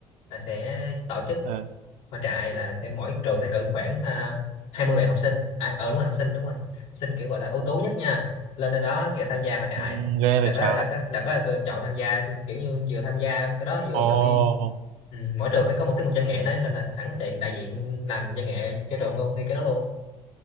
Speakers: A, on the left; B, on the right.
A: là sẽ tổ chức
B: ừ.
A: khóa trại là cái mỗi trường sẽ cử khoảng à, 20 bạn học sinh à ờ đúng rồi học sinh đúng rồi học sinh kiểu gọi là ưu tú nhất nha lên trên đó kiểu tham gia hội trại
B: ừ. ghê vậy
A: là
B: trời
A: có là có là có tôi được chọn tham gia kiểu như vừa tham gia cái đó vừa
B: ồ
A: phải bị ừ, mỗi trường phải có một tiết mục văn nghệ đấy nên là sẵn tiện đại diện làm văn nghệ cho trường luôn đi cái đó luôn